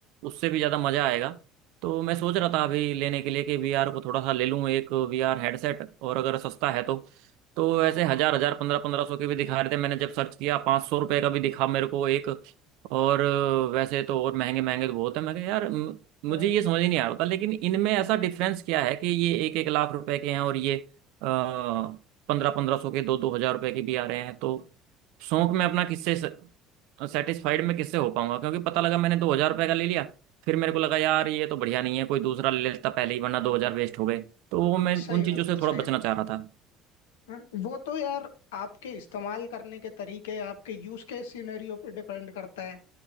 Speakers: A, on the right; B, on the left.
A: उससे भी ज्यादा मजा आएगा तो मैं सोच रहा था अभी लेने के लिए कि वीआर को थोड़ा सा ले लूँ एक वीआर हेडसेट और अगर सस्ता है तो तो वैसे हजार हजार पंद्रह पंद्रह सौ के भी दिखा रहे थे मैंने जब सर्च किया पाँच सौ रुपये का भी दिखा मेरे को एक और वैसे तो और महंगे महंगे तो बहुत है मैं कहा यार म- मुझे
B: और
A: ये समझ ही नहीं आ रहा था लेकिन इनमें ऐसा डिफरेंस क्या है कि ये एक एक लाख रुपए के हैं और ये पंद्रह पंद्रह सौ के दो दो हजार रुपए के भी आ रहे हैं तो शौक में अपना किससे सेटिस्फाइड मैं किससे हो पाऊंगा क्योंकि पता लगा मैंने दो हजार रुपये का ले लिया फिर मेरे को लगा यार ये तो बढ़िया नहीं है कोई दूसरा ले लेता पहले ही वरना दो हजार वेस्ट हो गए तो वो मैं
B: सही
A: उन चीजों
B: बात
A: से
B: है सही
A: थोड़ा बचना चाह रहा था
B: हाँ, वो तो यार आपके इस्तेमाल करने के तरीके आपके यूज के सिनेरियो पे डिपेंड करता है